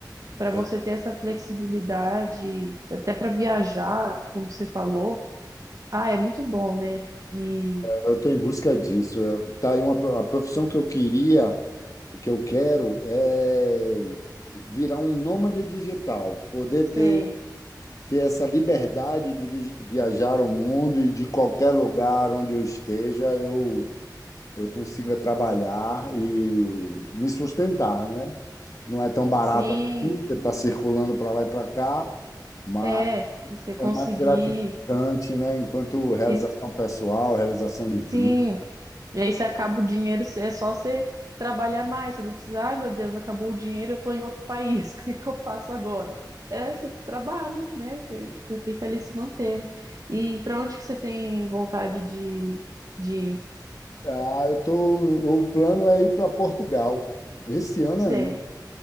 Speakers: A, on the right; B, on the left.
A: para você
B: é,
A: ter essa flexibilidade, até para viajar, como você falou, ah, é muito bom, né? E
B: Eu estou em busca disso. Eu- Tá aí uma, pro- a profissão que eu queria, que eu quero, é virar um nômade digital, poder
A: você
B: ter ter essa liberdade de vi- viajar o mundo e de qualquer lugar onde eu esteja, eu, eu consiga trabalhar e me sustentar, né? Não é tão barato
A: Sim,
B: assim, você está circulando para lá e para cá, mas
A: É, e você conseguir.
B: é mais gratificante, né? Enquanto realização
A: e s-
B: pessoal, realização de vida.
A: sim. E aí você acaba o dinheiro, cê- é só você trabalhar mais. Você não precisa, ai meu Deus, acabou o dinheiro, eu tô em outro país, <laughs> o que que eu faço agora? É, você trabalha, né? Você, você fica ali se mantendo. E para onde que você tem vontade de, de
B: Ah, eu tô, o plano é ir para Portugal, esse ano
A: ser
B: ainda.